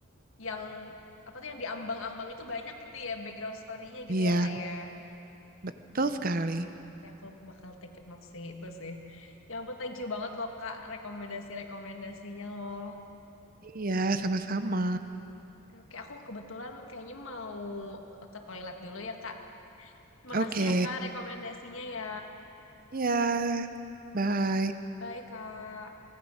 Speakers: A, on the left; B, on the right.
A: yang apa tuh yang diambang-ambang itu banyak gitu ya, background story-nya
B: iya,
A: gitu ya kayak.
B: betul
A: Oh my
B: sekali.
A: God. Oke, aku bakal take a note sih itu sih. Ya ampun, thank you banget loh Kak rekomendasi-rekomendasinya loh.
B: Iya, sama-sama.
A: Oke, oke, aku kebetulan kayaknya mau ke toilet dulu ya Kak. Terima
B: Oke.
A: kasih ya Kak rekomendasinya ya.
B: Iya. Bye.
A: Bye Kak.